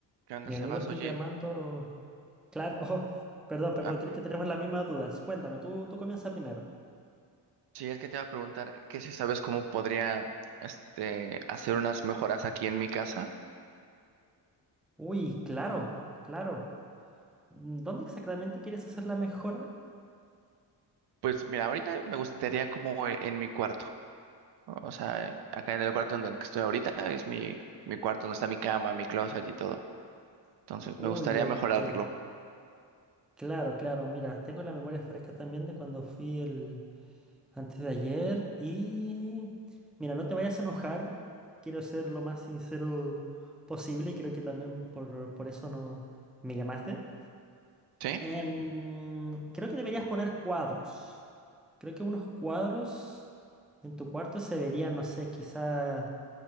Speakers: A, on the right; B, in the centre.
A: ¿Qué onda,
B: Mi
A: Sebas?
B: amigo estoy
A: Oye,
B: llamando. Claro, <laughs> oh, perdón, perdón,
A: ah,
B: creo que tenemos las mismas dudas. Cuéntame, tú, tú comienza primero.
A: sí, es que te iba a preguntar que si sabes cómo podría este, hacer unas mejoras aquí en mi casa.
B: Uy, claro, claro. Mm, ¿Dónde exactamente quieres hacer la mejora?
A: Pues mira, ahorita me gustaría como e- en mi cuarto, ¿no? O sea, acá en el cuarto en el que estoy ahorita es mi, mi cuarto, donde está mi cama, mi closet y todo. Entonces,
B: Uy,
A: me gustaría
B: ok.
A: mejorarlo.
B: Claro, claro, mira, tengo la memoria fresca también de cuando fui el antes de ayer y mira, no te vayas a enojar. Quiero ser lo más sincero posible y creo que también por, por eso no me llamaste.
A: ¿Sí?
B: Em, creo que deberías poner cuadros. Creo que unos cuadros en tu cuarto se verían, no sé, quizás